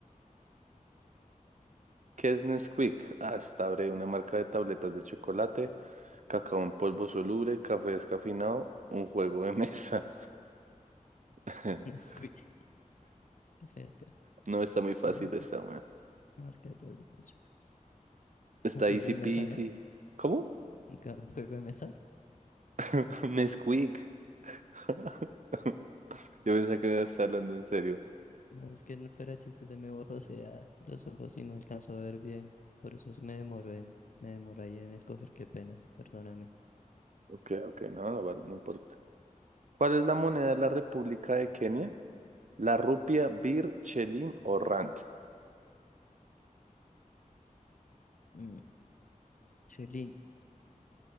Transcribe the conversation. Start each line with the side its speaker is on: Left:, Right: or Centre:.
Right: ¿Qué es Nesquik? Ah, está breve, una marca de tabletas de chocolate, cacao en polvo soluble, café descafeinado, un juego de mesa. <laughs>
Left: <laughs> Squid, pesca,
Right: No, está muy fácil
Left: campo,
Right: esta, weón.
Left: marca, de tableta, chupa.
Right: Está
Left: Un juego
Right: easy
Left: de
Right: peasy.
Left: mesa, ¿no?
Right: ¿Cómo?
Left: Un ca- un juego de mesa.
Right: <laughs> Nesquik. <laughs> Yo pensé que me estar hablando en serio.
Left: No, es que no fuera chiste, se me borrosea los ojos y no alcanzo a ver bien. Por eso me demoró en, me demoró ahí en escoger, qué pena, perdóname.
Right: Ok, ok, no, no, vale, no importa. ¿Cuál es la moneda de la República de Kenia? ¿La rupia, bir, chelín o rand?
Left: Mm, Sherlyn,